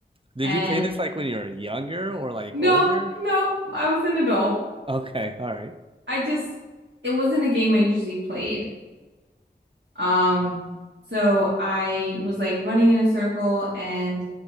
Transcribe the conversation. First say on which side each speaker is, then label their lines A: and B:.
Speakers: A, on the right; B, on the right.
A: Did
B: And
A: you play this like when you were younger or like
B: no,
A: older?
B: no, I was an adult.
A: Okay, all right.
B: I just it wasn't a game I usually played. Um, so I was like running in a circle and